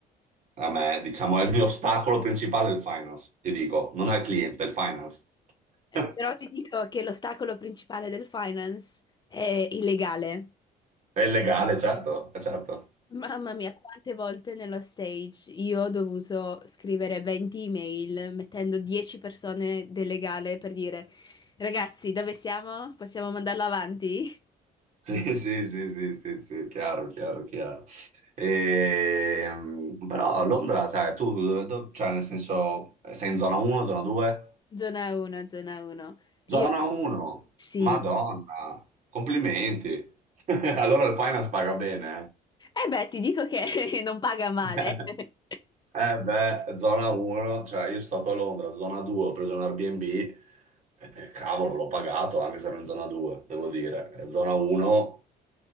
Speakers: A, on the right (about 45°); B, on the left (about 25°).
A: a me, diciamo, è il mio ostacolo principale il finance, ti dico, non è il cliente, è il finance. <laughs>
B: Però ti dico che l'ostacolo principale del finance è illegale.
A: È illegale, certo, eh, certo.
B: Mamma mia, quante volte nello stage io ho dovuto scrivere 20 email mettendo 10 persone del legale per dire ragazzi, dove siamo? Possiamo mandarlo avanti?
A: Sì, <laughs> sì, sì, sì, sì, sì, chiaro, chiaro, chiaro. Ehm, però a Londra, sai, tu, dove- dove- cioè, nel senso, sei in zona 1, zona 2?
B: Zona 1, zona 1. Io
A: Zona 1,
B: sì.
A: Madonna, complimenti. <laughs> Allora il finance paga bene,
B: E beh, ti dico che <laughs> non paga male,
A: eh. <laughs>
B: <laughs>
A: Eh beh, zona 1, cioè io sono stato a Londra, zona 2, ho preso un Airbnb, eh, cavolo, l'ho pagato anche se ero in zona 2, devo dire. Eh, Zona 1,